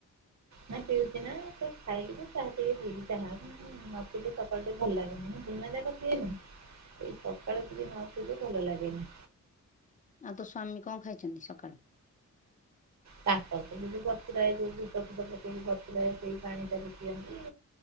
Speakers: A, on the right; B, on the left.
A: ନା ପିଉଚି ନା ତ ଖାଇକି ଚାହା ଟିକେ ପିଇବି ଚାହା ନ ପିଇଲେ ସକାଳୁ ଟିକେ ଭଲ ଲାଗେନି ଦିନ ଯାକ ପିଏନି, ଏଇ ସକାଳେ ଟିକେ ନ ପିଇଲେ ଭଲ ଲାଗେନି।
B: ଆଉ ତୋ ସ୍ଵାମୀ କଁ ଖାଇଛନ୍ତି ସକାଳ?
A: ତାଙ୍କର ଯଉ ବତୁରାଏ ଯୋଉ ବୁଟ ଫୁଟ ପକେଇକି ବତୁରାଏ ସେଇ ପାଣି ଟାକୁ ପିଅନ୍ତି।